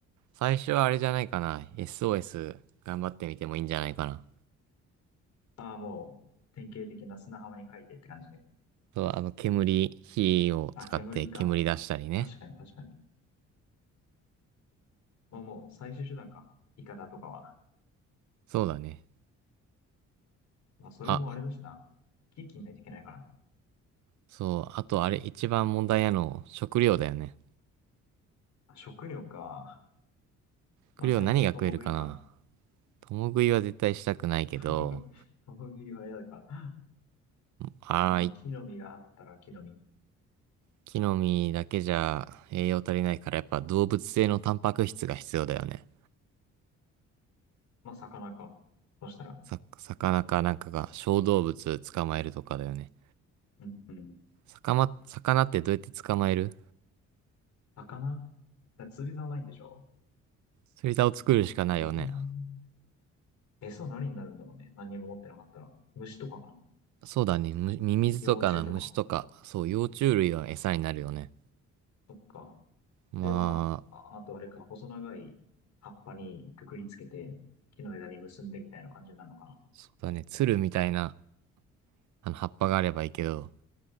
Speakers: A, on the right (about 70°); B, on the left (about 65°).
A: 最初はあれじゃないかな。SOS 頑張ってみてもいいんじゃないかな。
B: ああ、もう、典型的な砂浜に書いてって感じね。
A: そう、あの、煙、火を使って煙出したりね。
B: あ、煙か。確かに確かに。もうもう、最終手段か。イカダとかは。
A: そうだね。
B: まあそれもあれだしな。
A: あ、
B: 木切んないといけないからね。
A: そう、あとあれ一番問題なの、食料だよね。
B: まあ、食料か。
A: 食料何が食えるかな
B: まあ最悪、共食いか。
A: 共食いは絶対したくないけど、
B: <laughs> 共食いは嫌だから。
A: ああ、
B: まあ木の実があったら木の実。
A: 一気飲みだけじゃ栄養足りないからやっぱ動物性のタンパク質が必要だよね。
B: まあ魚か。そしたら。
A: さ、魚かなんかが小動物捕まえるとかだよね。
B: うんうん。
A: 魚、魚ってどうやって捕まえる
B: 魚釣り竿ないんでしょ
A: 釣り竿を作るしかないよね。
B: えー、餌は何になるんだろうね。何にも持ってなかったら。虫とかかな
A: そうだね。むミミズとかの虫とか、
B: 幼虫とか。
A: そう、幼虫類は餌になるよね。
B: そっか。
A: まあ、
B: では、あ、あとあれか、細長い葉っぱにくくりつけて、木の枝に結んでみたいな感じになるのかな。
A: そうだね。鶴みたいなあの、葉っぱがあればいいけど、